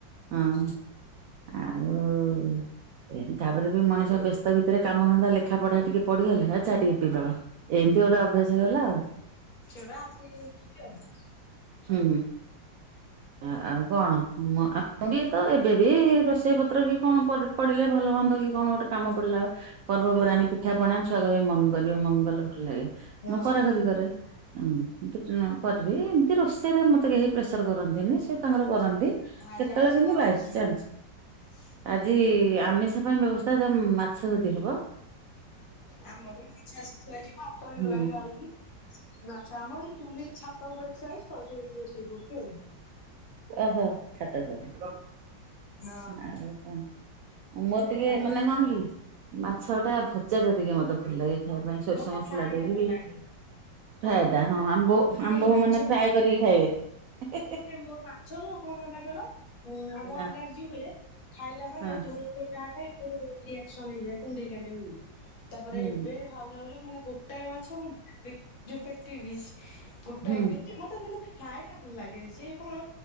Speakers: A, on the right; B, on the left.
A: ହଁ ଆଉ ତାପରେ ବି ମଣିଷ ବ୍ୟସ୍ତ ଭିତରେ କାମ ଧନ୍ଧା ଲେଖା ପଢା ଟିକେ ପଢିଗଲେ ଚା ଟିକେ ପି ଦବା ଏମିତି ଗୋଟେ ଅଭ୍ୟାସ ହେଇଗଲା ଆଉ।
B: ସେଇଗୁଟା ଆବିଟ ହେଇ ଯାଇଛି ଆଉ।
A: ହୁଁ ଆ ଆଉ କଣ ମ ଆ ମୁ ବି ତ ଏବେ ବି ରୋଷେଇ ପତ୍ର କି କଣ ପଡ ପଡିଲେ ଭଲ ମନ୍ଧ କି କଣ ଗୋଟେ। କାମ ପଡିଲା ପର୍ବପର୍ବାଣୀ ପିଠା ପଣା ଛୁଆ କହିବେ ମମି କରିବ ମମି କଲେ ଭଲ ଲାଗେ।
B: ହଁ
A: ମୁଁ କରା କରି କରେ। ହଁ <unintelligible> କରିବି ଏମିତି ରୋଷେଇରେ ମୋତେ କେହି ପ୍ରେସର କରନ୍ତିନି ସେ ତାଙ୍କର କରନ୍ତି। କେତେବେଳେ
B: ଆଜି ଆଇଁଷ
A: କେମିତି
B: କଣ ହେଇଛି?
A: ବାଇଚାନ୍ସ।
B: <inaudible>
A: ଆଜି ଆମିଷ ପାଇଁ ବ୍ୟବସ୍ଥା ଯା ମାଛ ଯଦି ହେବ।
B: ଆମର ବି ମାଛ ଆସି ଥୁଆ ହେଇଛି। ଭାତ ହେଇଗଲାଣି
A: ହୁଁ
B: ଗାଳିବି। ମାଛ ଆମର ଏଇ ଚୁଲି ଛାତ ଉପରେ ଥୁଆ ହେଇଛି ତ ସେଇଠି ରୋଷେଇ କରୁଚି ଆଉ।
A: ଓହୋ ଛାତ ଉପରେ ହ
B: ହଁ।
A: ଆଉ କଣ। ମୋର ଟିକେ
B: ହାଲୋ।
A: ମାନେ କଣ କି ମାଛ ଟା ଭଜାଟା ଟିକେ ମୋତେ ଭଲ ଲାଗେ। ଖାଇବା ପାଇଁ ସୋରିଷ
B: ମତେ
A: ମସଲା
B: ଫ୍ରାଏ
A: ଦେଇକିରି।
B: ଟା ଭଲ ଲାଗେ। ହାଲୋ।
A: ଫ୍ରାଏ ଟା ହଁ ଆମ୍ ବୋ
B: ମୋର ନାଇଁ
A: ଆମ୍ ବୋହୂ
B: ମାଛ
A: ମାନେ ଫ୍ରାଏ କରିକି ଖାଇବେ।
B: ତୋର ନାଚ ନୁହଁ କଣ ହେଲା କହିଲ? ହୁଁ ଆଗ
A: ହଁ
B: ଆଲର୍ଜି ହୁଏ ଖାଇଲା ମାନେ
A: ହଁ।
B: ଝୋଳୋ ଫୋଳୋ ଯାହା ଖାଇବି ରିଆକ୍ସନ ହେଇଯାଏ କୁଣ୍ଡେଇ କାଣ୍ଡେଇ ହୁଏ। ତାପରେ
A: ହୁଁ
B: ଏବେ ହାଉଲେ ହାଉଲେ ମାନେ ଗୋଟାଏ ମାଛ ମୁଁ <inaudible> ଯୋଉ ପେଟି ପିଶ୍ ଗୋଟାଏ
A: ହୁଁ
B: ଖାଇ ମୋତେ କିନ୍ତୁ ଫ୍ରାଏଟା ଭଲ ଲାଗେ ସ କଣ